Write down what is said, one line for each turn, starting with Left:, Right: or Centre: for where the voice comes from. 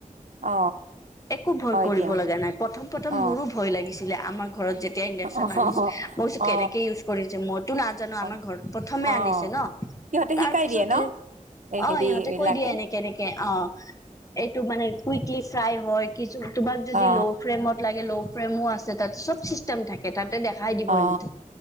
Right: অ
Left: একো ভয়
Right: হয়
Left: কৰিব
Right: দিয়া
Left: লগা নাই প্ৰথম প্ৰথম
Right: অ
Left: মোৰো ভয় লাগিছিলে আমাৰ ঘৰত যেতি, এতিয়া ইণ্ডাকশ্যন
Right: অ
Left: আনিছোঁ, মই কৈছোঁ
Right: অ
Left: কেনেকে ইউজ কৰিছে মইতো নাজানোঁ
Right: অ
Left: আমাৰ ঘৰত প্ৰথমে
Right: অ
Left: আনিছে ন
Right: সিহঁতে
Left: তাৰ
Right: শিকাই
Left: পিছত
Right: দিয়ে ন? এই
Left: অ',
Right: হেৰি
Left: ইহঁতে
Right: এইবিলাকে
Left: কৈ দিয়ে এনেকে এনেকে অ', এইটো মানে কুইকলী ফ্ৰাই হয় কি তোমাক যদি
Right: অ
Left: ল' ফ্ৰেমত লাগে ল' ফ্ৰেমো আছে তাত চব চিষ্টেম থাকে তাতে দেখাই দিব
Right: অ
Left: এমাউনতো